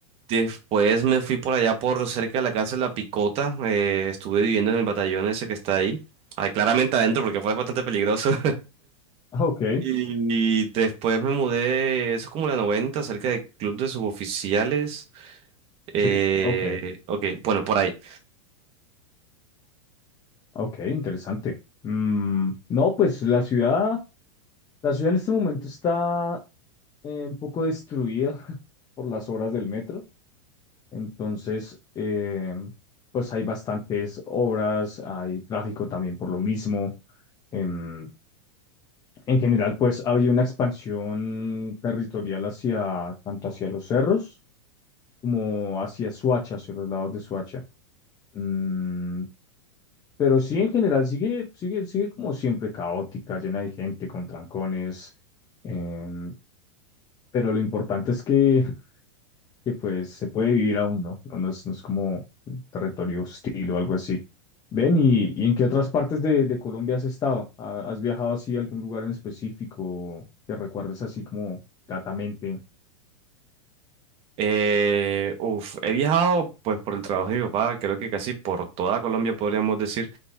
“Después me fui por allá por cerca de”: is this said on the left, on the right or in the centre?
Right